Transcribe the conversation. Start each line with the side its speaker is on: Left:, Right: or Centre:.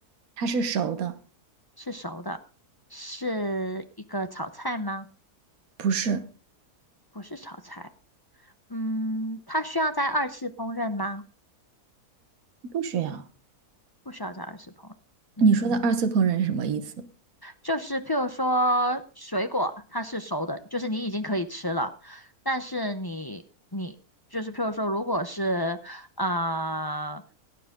Right: 它是熟的，
Left: 是熟的，是一个炒菜吗？
Right: 不是，
Left: 不是炒菜。嗯，它需要在二次烹饪吗？
Right: 不需要。
Left: 不需要在二次烹饪。嗯。
Right: 你说的二次烹饪是什么意思？
Left: 就是譬如说水果，它是熟的，就是你已经可以吃了，但是你你就是譬如说，如果是呃，